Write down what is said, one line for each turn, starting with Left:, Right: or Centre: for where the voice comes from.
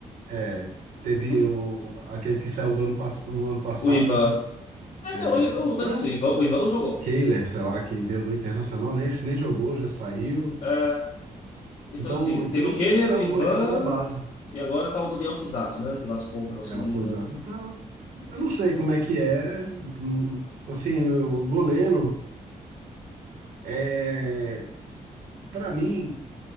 Right: é, teve
Left: Hum,
Right: o, aquele que saiu do ano, pass- no ano passado,
Left: o Ivan.
Right: né?
Left: É,
Right: É,
Left: não, eu- eu-
Right: então,
Left: mas assim, o Ivan, o Ivan não jogou.
Right: o Kehler, sei lá, que veio do Internacional, nem, nem jogou, já saiu.
Left: É, então,
Right: Então,
Left: assim,
Right: e
Left: teve
Right: tem
Left: o Kenner,
Right: a ga-
Left: o Ivan,
Right: molecada da base,
Left: e agora tá o Daniel Fusato, né? Que o Vasco comprou,
Right: é
Left: se eu
Right: o
Left: não
Right: Fusaro.
Left: me engano.
Right: Então, eu não sei como é que é. hum, Assim, o goleiro, é, para mim,